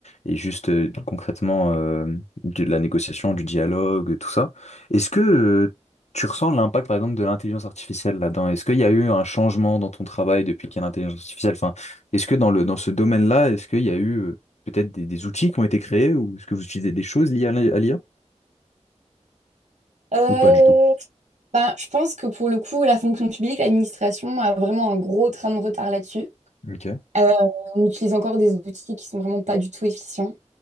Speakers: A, on the left (about 65°); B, on the right (about 80°).
A: et juste euh, concrètement euh, de la négociation, du dialogue, tout ça, est-ce que euh, tu ressens l'impact, par exemple, de l'intelligence artificielle là-dedans? Est-ce qu'il y a eu un changement dans ton travail depuis qu'il y a l'intelligence artificielle? Enfin, est-ce que dans le, dans ce domaine-là, est-ce qu'il y a eu peut-être des, des outils qui ont été créés ou est-ce que vous utilisez des choses liées à l'I- à
B: Euh,
A: ou pas du tout?
B: ben, je pense que pour le coup, la fonction publique, l'administration a vraiment un gros train de retard là-dessus.
A: Ok.
B: Euh, on utilise encore des outils qui sont vraiment pas du tout efficients.